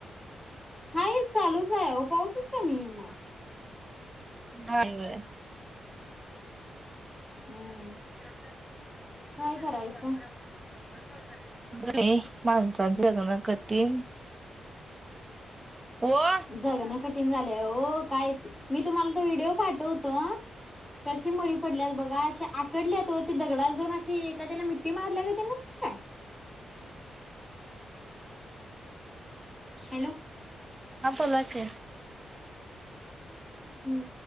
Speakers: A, in the centre; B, on the right (about 20°).
A: हाय चालूच आहे ओ, पाऊसच कमी ई ना
B: <unintelligible>
A: हम्म, <unintelligible>
B: <unintelligible>
A: जगणं कठीण झालंय हो, काय मी तुम्हाला तो व्हिडिओ पाठवतो हं कशी मडी पडल्यात बघा, आशे आकडल्यात हो ती दगडाला जाऊन अशी एखाद्याला मि <unintelligible> हॅलो
B: बोला की
A: हम्म,